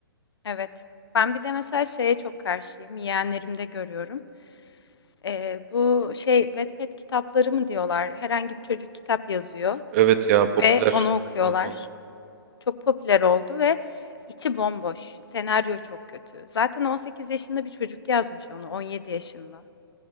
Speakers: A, on the left (about 75°); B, on the right (about 35°).
A: Evet. Ben bir de mesela şeye çok karşıyım. Yeğenlerimde görüyorum. Ee, bu şey Wattpad kitapları mı diyorlar? Herhangi bir çocuk kitap yazıyor
B: Evet ya popüler
A: ve onu okuyorlar.
B: oldu onlar.
A: Çok popüler oldu ve içi bomboş. Senaryo çok kötü. Zaten 18 yaşında bir çocuk yazmış onu, 17 yaşında.